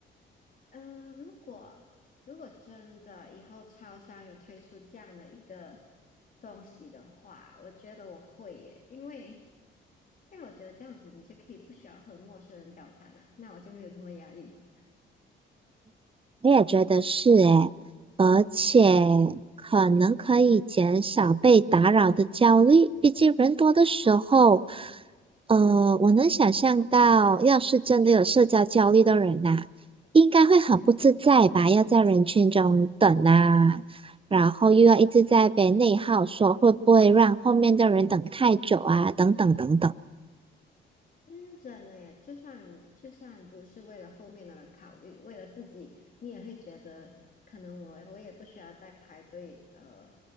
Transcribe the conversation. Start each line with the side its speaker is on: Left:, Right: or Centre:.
Left: 嗯，如果如果真的以后超商有推出这样的一个东西的话，我觉得我会耶，因为因为我觉得这样子你就可以不需要和陌生人交谈了，那我就没有什么压力。
Right: 我也觉得是诶，而且可能可以减少被打扰的焦虑。毕竟人多的时候，呃，我能想象到，要是真的有社交焦虑的人呐、应该会很不自在吧？要在人群中等啊，然后又要一直在被内耗说，会不会让后面的人等太久啊？等等等等。
Left: 嗯，真的耶，就算就算不是为了后面的人考虑，为了自己，你也会觉得可能我我也不需要再排队，呃，